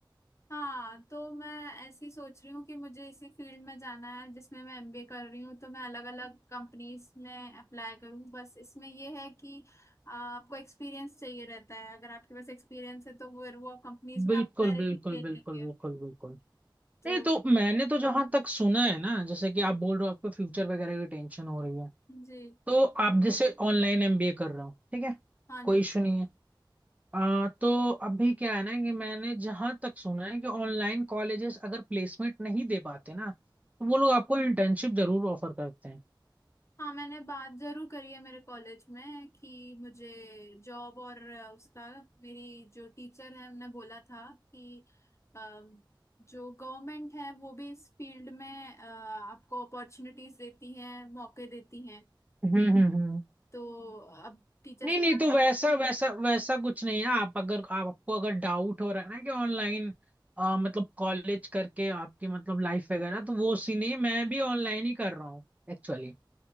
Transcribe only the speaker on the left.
हाँ तो मैं ऐसी सोच रही हूँ कि मुझे इसी फील्ड में जाना है जिसमें मैं एमबीए कर रही हूँ तो मैं अलग अलग कंपनीज में अप्लाई करूँ बस इसमें यह है कि आ, आपको एक्सपीरियंस चाहिए रहता है अगर आपके पास एक्सपीरियंस है तो फिर वो कंपनीज में
आप डायरेक्टली
ले
लेंगे
तो
जी
हाँ
जी
हाँ मैंने बात जरूर करी है मेरे कॉलेज में कि मुझे जॉब और अ, उसका मेरी जो टीचर है उन्होंने बोला था कि अ, जो गवर्नमेंट है वो भी इस फील्ड में अ, आपको अपॉर्चुनिटीज देती है मौके देती हैं
तो अब टीचर
से बात